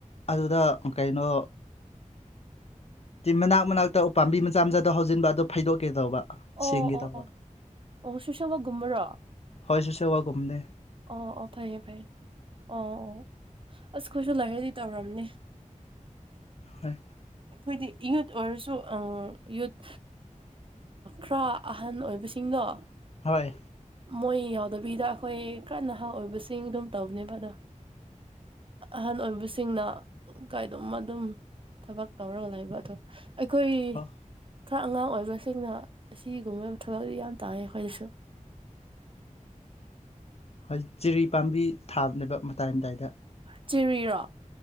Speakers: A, on the left; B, on the right.
A: ꯑꯗꯨꯗ ꯀꯩꯅꯣ ꯃꯅꯥꯛ ꯃꯅꯥꯛꯇ ꯎꯄꯥꯝꯕꯤ ꯃꯆꯥ ꯃꯆꯥꯗꯣ ꯍꯧꯖꯤꯟꯕ ꯑꯗꯨꯣ ꯐꯩꯗꯣꯛꯀꯦ ꯇꯧꯕ
B: ꯑꯣ
A: ꯁꯦꯡꯒꯦ
B: ꯑꯣ
A: ꯇꯧꯕ
B: ꯑꯣ ꯑꯣ ꯁꯨꯁꯕꯒꯨꯝꯕꯔꯣ
A: ꯍꯣꯏ ꯁꯤ ꯁꯦ ꯋꯥꯒꯨꯝꯅꯦ
B: ꯑꯣ ꯑꯣ ꯐꯥꯏꯌꯦ ꯐꯥꯏꯌꯦ ꯑꯣ ꯑꯣ ꯑꯩꯈꯣꯏꯁꯨ ꯂꯥꯏꯔꯤꯗꯤ ꯇꯧꯔꯝꯅꯦ
A: ꯍꯣꯏ
B: ꯑꯩꯈꯣꯏꯗꯤ ꯌꯨꯠ ꯑꯣꯏꯔꯁꯨ ꯌꯨꯠ ꯈꯔ ꯑꯍꯟ ꯑꯣꯏꯕ ꯁꯤꯡꯒꯣ
A: ꯍꯣꯏ
B: ꯃꯣꯏ ꯌꯥꯎꯗꯕꯤꯗ ꯑꯩꯈꯣꯏ ꯀꯟꯅꯍ ꯑꯣꯏꯕꯁꯤꯡ ꯑꯗꯨꯝ ꯇꯧꯕꯅꯦꯕ ꯑꯗꯣ ꯑꯍꯟ ꯑꯣꯏꯕꯁꯤꯡꯅ ꯀꯥꯏꯗꯝ ꯑꯗꯨꯝ ꯊꯕꯛ ꯇꯧꯔꯒ ꯂꯩꯕ ꯑꯣ ꯑꯩꯈꯣꯏ
A: ꯍꯣꯏ
B: ꯈꯔ ꯑꯉꯥꯡ ꯑꯣꯏꯕꯁꯤꯡꯅ ꯑꯁꯤꯒꯨꯝꯕ ꯊꯕꯛꯇꯤ ꯌꯥꯝ ꯇꯥꯏꯏ ꯑꯩꯈꯣꯏꯗꯁꯨ
A: ꯍꯣꯏ ꯆꯖꯤꯔꯤ ꯄꯥꯝꯕꯤ ꯊꯥꯕꯅꯦꯕ ꯃꯇꯥꯏ ꯑꯗꯥꯏꯗ
B: ꯆꯤꯔꯤꯔꯣ